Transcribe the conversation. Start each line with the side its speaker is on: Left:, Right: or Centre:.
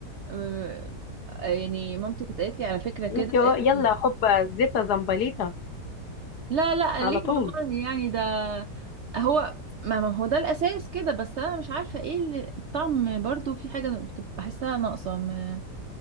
Right: آه، يعني مامتي كانت قالت لي على فكرة كده
Left: انت هو-
Right: قالت
Left: يلا
Right: لي،
Left: حبه زيتا زمبليطه
Right: لا لا
Left: على
Right: ليه
Left: طول
Right: والله يعني ده هو ما ما هو ده الأساس كده بس أنا مش عارفة ايه اللي الطعم برضو في حاجة بتبقى بحسها ناقصة م-